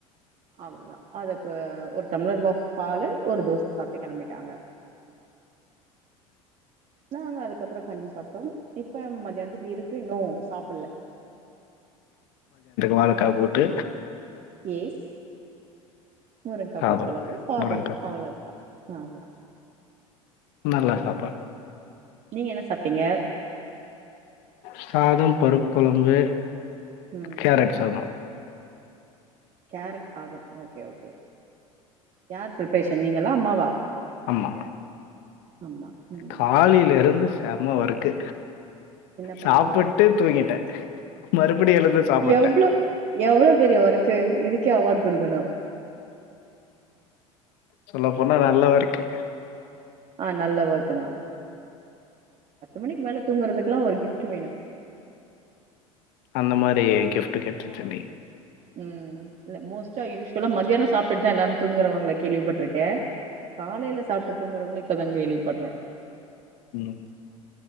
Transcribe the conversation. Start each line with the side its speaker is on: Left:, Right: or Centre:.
Right: அவ்ளோதா அதுக் ஒரு டம்ளர் பாலு ஒரு தோச சாப்புட்டு கெளம்பிட்டாங்க நாங்க அதுக்கப்றோ கஞ்சி சாப்டோ இப்ப மத்தியான்துக்கு இருக்கு இன்னு சாப்பில
Left: வாழக்கா கூட்டு
Right: ஏஸ் முருங்கா
Left: சாதம்,
Right: புளி கொழம்பு சாதம்
Left: முருங்கக்காய்.
Right: அவ்ளோதா ஆமா
Left: நல்ல சாப்பாட்
Right: நீங்க என்ன சாப்டீங்க
Left: சாதம் பருப் கொலம்பு
Right: ம்
Left: கேரட் சாதம்
Right: கேரட் சாதம் ஓகே ஓகே யார் ப்ரேப்ஷன் நீங்களா அம்மாவா
Left: அம்மா
Right: அம்மா ம்
Left: காலில் இருந்து செமா வரூக்கு
Right: என்ன பண்ணீங்க
Left: சாப்புட்டு தூங்கிட்டே மறுபடிய எழுந்து சாப்புட்டே
Right: எவ்ளோ எவ்ளோ பெரிய வொர்க்கு இதுக்கே அவார்டு கொடுக்கணும்
Left: சொல்ல போனா நல்ல வருக்கு
Right: ஆ நல்ல வர்க்கு தா மணிக் வேல தூங்கறதுக் ஒரு கிஃப்ட் வேணும்
Left: அந்த மாரி கிஃப்ட் கெட்ச்சுச்சி அண்ணி
Right: ம் இ மோஸ்ட்டா யூஸ்வலா மத்தியான சாப்ட்டுதா எல்லாரு தூங்கறவங்கள கேள்விப்பட்டுருக்கே காலையல சாப்ட்டு தூங்கறவங்களும் இப்பதா கேள்விப்படறே
Left: ம்